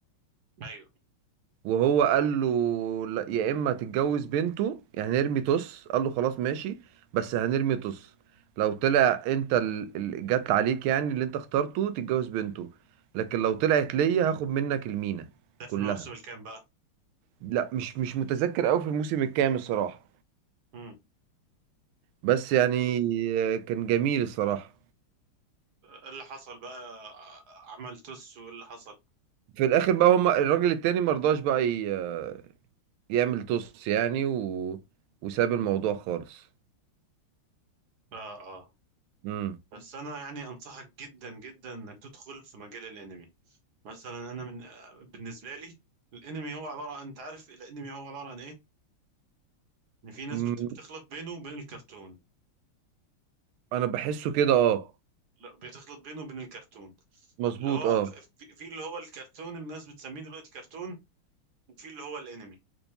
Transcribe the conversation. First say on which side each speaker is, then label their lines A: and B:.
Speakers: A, on the right (about 55°); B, on the right (about 80°).
A: ايوه
B: وهو قال له لا يا اما تتجوز بنته يعني هنرمي طص قال له خلاص ماشي بس هنرمي طص لو طلع انت اللي جت عليك يعني اللي انت اخترته تتجوز بنته لكن لو طلعت ليا هاخد منك المينا
A: ده في
B: كلها
A: الموسم الكام بقى
B: لا مش مش متذكر قوي في الموسم الكام الصراحة
A: امم
B: بس
A: ايه
B: يعني آه، كان جميل الصراحة
A: اللي حصل بقى عمل توس واللي حصل
B: في الاخر بقى هم الراجل التاني مرضاش بقى ي... آه، يعمل توس يعني و... وساب الموضوع خالص
A: اه اه
B: امم
A: بس انا يعني انصحك جدا جدا انك تدخل في مجال الانمي مثلا انا من آه، بالنسبه لي الانمي هو عباره عن انت عارف الانمي هو عباره عن ايه ان في ناس
B: أمم،
A: بت- بتخلط بينه وبين الكرتون
B: انا بحسه كده اه
A: لا بتخلط بينه وبين الكرتون
B: مظبوط
A: اللي هو
B: اه
A: في في اللي هو الكرتون الناس بتسميه دلوقتي كرتون وفي اللي هو الانمي